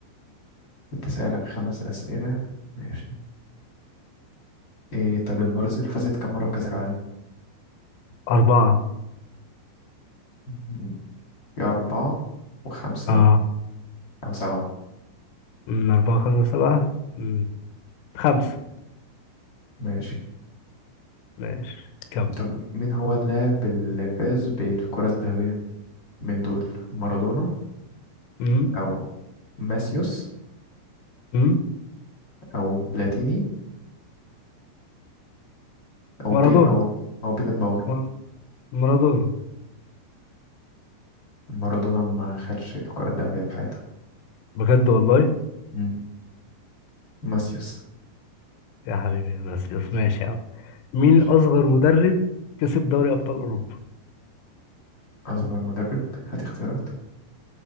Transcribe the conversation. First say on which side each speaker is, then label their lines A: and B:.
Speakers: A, on the left; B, on the left.
A: كنت أسألك خمس أسئلة ماشي إيه طب البرازيل فازت كم مرة بكأس العالم؟
B: أربعة
A: م- في أربعة وخمسة
B: اه
A: أو سبعة
B: أمم، أربعة خمسة سبعة أمم، خمسة
A: ماشي
B: ماشي كم
A: طب مين هو اللاعب اللي فاز بالكرة الذهبية من دول مارادونا
B: امم
A: أو ماسيوس
B: امم
A: أو بلاتيني أو
B: مارادونا
A: بي أو أو بيكن باور
B: مار- مارادونا
A: مارادونا ما خدش الكرة الذهبية في حياته
B: بجد والله
A: مم. ماسيوس
B: يا حبيبي يا ناسيوس ماشي يا عم مين
A: ماشي
B: اصغر مدرب كسب دوري ابطال اوروبا
A: أصغر مدرب هات اختيارات